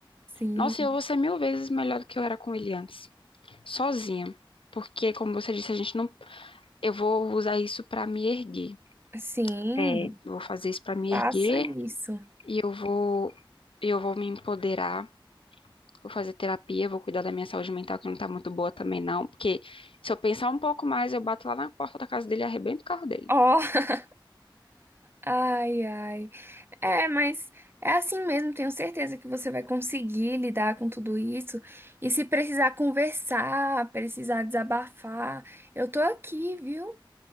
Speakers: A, on the right; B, on the left.
A: Sim,
B: Nossa, eu vou ser mil vezes melhor do que eu era com ele antes, sozinha. Porque, como você disse, a gente não. Eu vou usar isso pra me erguer.
A: sim,
B: É, vou fazer isso pra me
A: faça
B: erguer
A: isso.
B: e eu vou, eu vou me empoderar. Vou fazer terapia, vou cuidar da minha saúde mental, que não tá muito boa também, não. Porque se eu pensar um pouco mais, eu bato lá na porta da casa dele e arrebento o carro dele.
A: Ó, <laughs> ai, ai. É, mas é assim mesmo, tenho certeza que você vai conseguir lidar com tudo isso. E se precisar conversar, precisar desabafar, eu tô aqui, viu?